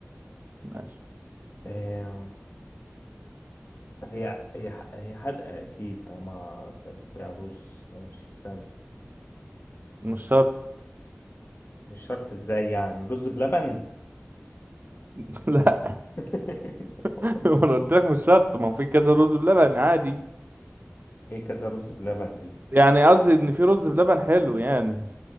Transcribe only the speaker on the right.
ماشي
مش شرط
<laughs> لا
ما انا قلت لك مش شرط ما هو في كذا رز بلبن عادي
يعني قصدي ان في رز بلبن حلو يعني